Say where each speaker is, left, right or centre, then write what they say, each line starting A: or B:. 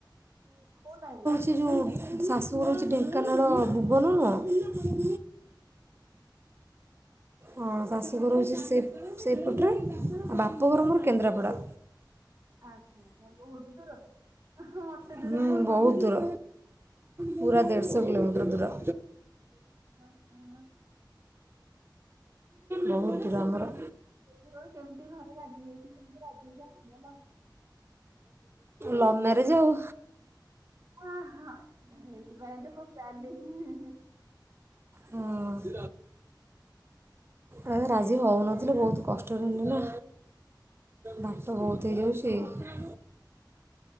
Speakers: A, on the right (about 45°); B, on the right (about 30°).
A: କୋଉ ଲାଇନ
B: ସେ ଯୋଉ ଶାଶୁଘର ହଉଚି ଢେଙ୍କାନାଳ ଭୁବନ ନୁହଁ ହଁ ଶାଶୁଘର ହଉଚି ସେ ସେ ପଟେରେ ଆ ବାପଘର ମୋର କେନ୍ଦ୍ରାପଡା।
A: ଆଚ୍ଛା ବହୁତ ଦୂର ତ ଅଁ ହଁ ମତେ
B: ହୁଁ
A: ଦୂର କହୁଚନ୍ତି।
B: ବହୁତ ଦୂର ପୁରା ଦେଢଶ କିିଲୋମିଟର ଦୂର।
A: ଅଁ ହଁ।
B: ବହୁତ ଦୂର ଆମର।
A: ଏ ଦୂର କେମତିଘରେ ରାଜି ହେଇକି କେମତି ରାଜି ହେଇକି ଆସିଗଲ?
B: ଲଭ୍ ମ୍ୟାରେଜ ଆଉ।
A: ଅଁ ହଁ ହେଇଥିପାଇଁ ତ ପଚାରିଲି ହିଁ ହିଁ।
B: ହଁ। ଏ ବା ରାଜି ହଉନଥିଲେ ବହୁତ କଷ୍ଟରେ ହେଲେ ନା ବାଟ ବହୁ <unintelligible>
A: ହଁ